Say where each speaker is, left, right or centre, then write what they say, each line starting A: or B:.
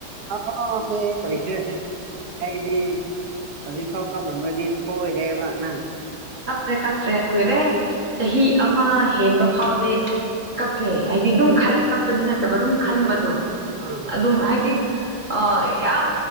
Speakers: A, on the right; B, on the right.
A: ꯑꯣꯏꯈꯔ꯭ꯦ ꯑꯩꯗꯤ꯫ ꯍꯧꯖꯤꯛꯐꯥꯎ ꯀꯞꯂꯝ꯭ꯔꯗꯤ ꯁꯣꯏꯔꯦꯕ ꯅꯪ꯫
B: ꯀꯞꯇ꯭ꯔꯦ-ꯀꯞꯇ꯭ꯔꯦ ꯀꯨꯏꯔꯦ ꯆꯍꯤ ꯑꯃ ꯍꯦꯟꯕ ꯐꯥꯎꯗꯤ ꯀꯞꯄꯦ꯫ ꯍꯥꯏꯗꯤ ꯑꯗꯨꯝ ꯈꯟꯂꯦ ꯀꯞꯄꯗꯤ ꯅꯠꯇꯕ ꯑꯗꯨꯝ ꯈꯟꯕꯗꯣ
A: ꯑꯥ ꯑꯥ
B: ꯑꯗꯨꯝ ꯍꯥꯏꯗꯤ꯫ ꯑ ꯌꯥꯝ